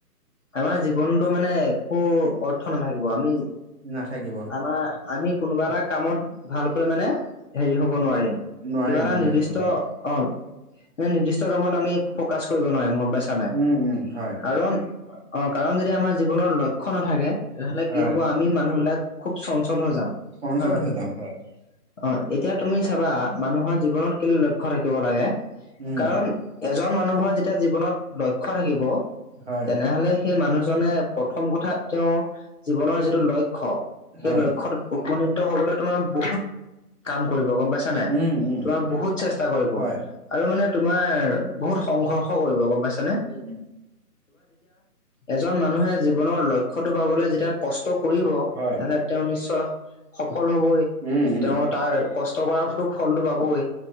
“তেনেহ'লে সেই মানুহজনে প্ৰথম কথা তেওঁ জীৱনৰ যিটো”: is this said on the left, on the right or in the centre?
Left